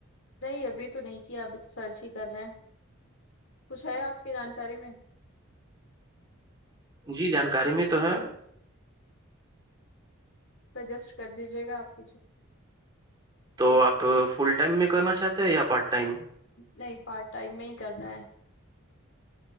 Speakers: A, on the left (about 65°); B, on the right (about 20°).
A: نہیں ابھی تو نہیں کیا ابھی تو سرچ ہی کر رہے ہیں کچھ ہے آپ کی جانکاری میں
B: جی جانکاری میں تو ہے
A: سجیسٹ کر دیجیے گا آپ کسی
B: تو آپ فل ٹائم میں کرنا چاہتے <unintelligible> ٹائم
A: نہیں پارٹ ٹائم میں ہی کرنا ہے